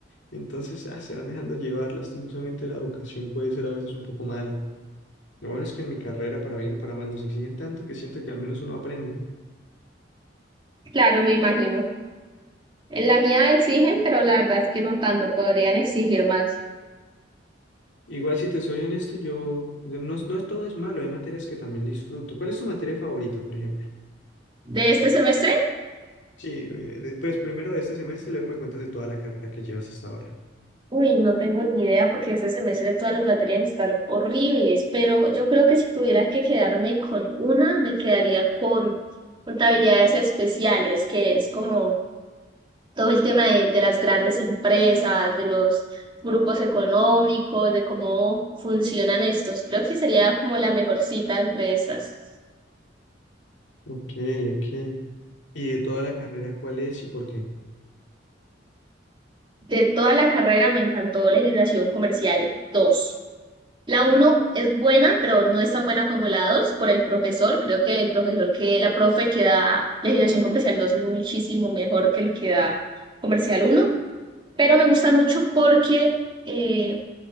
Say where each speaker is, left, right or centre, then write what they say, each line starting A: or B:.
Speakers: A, on the left; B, on the right.
A: Entonces, ah, se van dejando llevar. Lastimosamente la educación puede ser a veces un poco mala. Lo bueno es que en mi carrera, para bien o para mal, nos exigen tanto que siento que al menos uno aprende.
B: Claro, me imagino. En la mía exigen, pero la verdad es que no tanto, podrían exigir más.
A: Igual, si te soy honesto, yo yo no, es- no es todo es malo, hay materias que también disfruto. ¿Cuál es tu materia favorita, por ejemplo?
B: ¿De este semestre?
A: Sí, eh, de- pues primero de este semestre y luego me cuentas de toda la carrera que llevas hasta ahora.
B: Uy, no tengo ni idea porque este semestre todas las materias están horribles, pero yo creo que si tuviera que quedarme con una, me quedaría con contabilidades especiales, que es como todo el tema de, de las grandes empresas, de los grupos económicos, de cómo funcionan estos. Creo que sería como la mejor cita entre estas.
A: Ok, ok. ¿Y de toda la carrera cuál es y por qué?
B: De toda la carrera me encantó legislación comercial dos La uno es buena, pero no es tan buena como la 2 por el profesor. Creo que el profesor que, la profe que da legislación comercial 2 es muchísimo mejor que el que da comercial uno Pero me gusta mucho porque eh,